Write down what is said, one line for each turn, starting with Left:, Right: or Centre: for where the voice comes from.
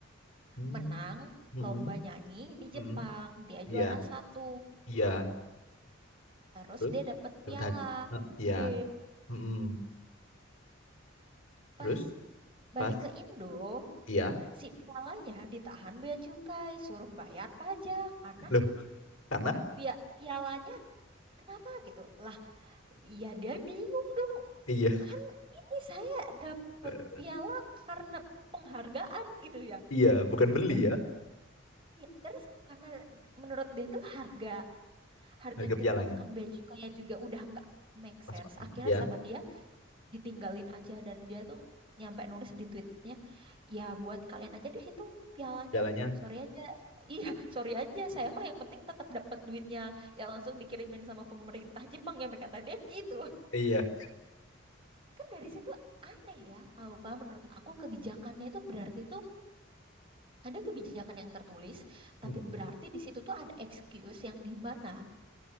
Left: Hmm,
Right: menang
Left: mm-mm,
Right: lomba nyanyi di
Left: mm-mm.
Right: Jepang. Dia juara
Left: Iya,
Right: satu.
Left: iya.
Right: Terus
Left: Terus
Right: dia dapat
Left: dapat
Right: piala
Left: hadiah. Eh, Iya.
Right: gede.
Left: Mm-mm. Terus
Right: Pas balik
Left: pas
Right: ke Indo,
Left: iya.
Right: si pialanya ditahan bea cukai, suruh bayar pajak karena
Left: Loh, karena
Right: bea pialanya kenapa gitu? Lah, ya dia bingung dong.
Left: iya.
Right: Kan ini saya dapat
Left: Eh,
Right: piala karena penghargaan gitu ya.
Left: Iya, bukan beli
Right: Terus
Left: ya
Right: ya, terus karena menurut dia tuh harga harga
Left: harga
Right: yang
Left: pialanya.
Right: ditetapkan baju kayak juga udah nggak make
Left: Pas
Right: sense akhirnya
Left: iya,
Right: sama dia ditinggalin aja dan dia tuh nyampe nulis di tweetnya ya buat kalian aja deh itu pialanya
Left: pialanya
Right: sorry aja <laughs> iya sorry aja saya mah yang penting tetap dapat duitnya ya langsung dikirimin sama pemerintah Jepang nyampe kata dia gitu
Left: iya.
Right: kan dari situ aneh ya Alfa menurut aku kebijakannya itu berarti itu ada kebijakan yang tertulis tapi
Left: Mm-mm.
Right: berarti di situ tuh ada excuse yang di mana